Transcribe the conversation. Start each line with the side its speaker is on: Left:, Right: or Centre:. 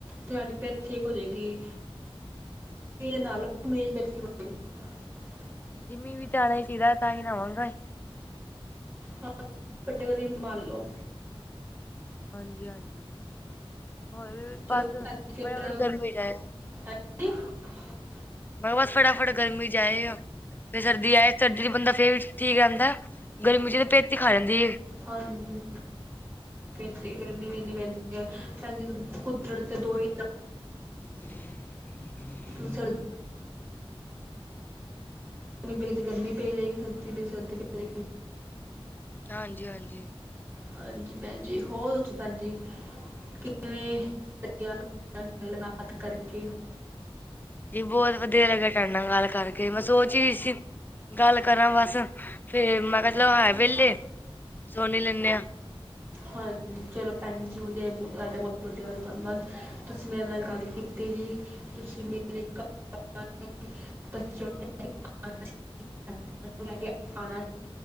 Right: ਤੇ ਤਾਢੀ ਪੇਤ ਠੀਕ ਹੋਜੇਗੀ। ਰੇ ਨਾਲੋਂੇ ਵਿਅਕਤੀ ਹੋਏਗੀ <unintelligible> <inaudible>
Left: ਜਿਮੀ ਵੀ ਚਾੜੇ ਸੀਗਾ, ਤਾਈ ਲਾਵਾਂਗੇ।
Right: ਹਾਂ। ਫਤਕੜੀ ਮਲ ਲੋੋ।
Left: ਹਾਂਜੀ-ਹਾਂਜੀ। ਹੋਰ
Right: ਚਲੋ
Left: ਬਸ ਫਟਾਫਟ
Right: ਭੈਣ ਜੀ ਫਿਰ
Left: ਗਰਮੀ ਜਾਏ।
Right: <inaudible> <inaudible>
Left: ਮੈਂ ਬਸ ਫਟਾਫਟ ਗਰਮੀ ਚ ਆਏ ਆਂ। ਫੇਰ ਸਰਦੀ ਆਏ, ਸਰਦੀ ਚ ਬੰਦਾ ਫੇਰ ਵੀ ਠੀਕ ਰਹਿੰਦਾ। ਗਰਮੀ ਚ ਤਾਂ ਪਿਤ ਈ ਖਾ ਜਾਂਦੀ ਏ।
Right: ਹਾਂਜੀ। ਭੈਣ ਜੀ, ਗਰਮੀ ਏਨੀ ਪੈਂਦੀ ਆ। ਭੈਣਜੀ ਕੁਦਰਤ ਦੇ ਦੋ ਈ ਰੰਗ
Left: <inaudible> <inaudible>
Right: <unintelligible> <inaudible> ਗਰਮੀ ਪਈ ਤੇ, ਗਰਮੀ ਪਈ ਰਹੇਗੀ। ਸਰਦੀ ਪਈ ਤੇ, ਸਰਦੀ ਪਈ ਰਹੇਗੀ।
Left: ਹਾਂਜੀ-ਹਾਂਜੀ।
Right: ਹਾਂਜੀ ਭੈਣਜੀ,। ਹੋਰ ਦਸੋ ਭੈਣਜੀ? ਕਿਵੇਂ ਲਗਿਆ, ਮੇਰੇ ਨਾਲ ਗੱਲ ਬਾਤ ਕਰਕੇ?
Left: ਜੀ, ਬਹੁਤ ਵਧੀਆ ਲੱਗਿਆ, ਟਾਡੇ ਨਾਲ ਗੱਲ ਕਰਕੇ ਮੈਂ ਸੋਚ ਹੀ ਸੀ। ਗੱਲ ਕਰਾਂ ਬਸੱ ਫੇਰ ਮੈਂ ਕਿਹਾ, ਮਤਲਬ ਹੈ। ਵੇਹਲੇ ਸੁਣ ਲੈਂਦੇ ਆ।
Right: ਹਾਂਜੀ। ਚਲੋ ਭੈਣ ਜ ਉਹ ਤੁਹਾਡਾ ਬਹੁਤ ਵਧਿਆ ਧੰਨਵਾਦ। ਤੁਸੀਂ ਮੇਰੇ, ਨਾਲ ਗੱਲ ਕੀਤੀ ਜੀ ਤੁਸੀਂ, ਮੇ <unintelligible> <inaudible> ਲੈ ਕੇ ਆਉਣਾ <inaudible>